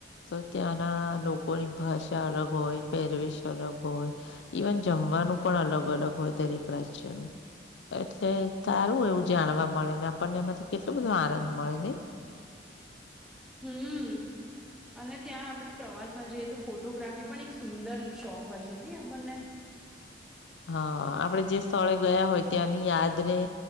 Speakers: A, on the left; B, in the centre.
A: તો ત્યાંના લોકોની ભાષા અલગ હોય પહેરવેશ અલગ હોય. ઇવન જમવાનું પણ અલગ અલગ હોય દરેક રાજ્યનું. એટલે સારું એવું જાણવા મળે ને આપણને એમાંથી કેટલો બધો આનંદ મળે ને નહી?
B: હમ અને ત્યાં આપણે પ્રવાસમાં જઈએ તો ફોટોગ્રાફી પણ એક સુંદર શોખ હોય છે નહી આપણને?
A: હા આપડે જે સ્થળે ગયા હોય ત્યાંની યાદને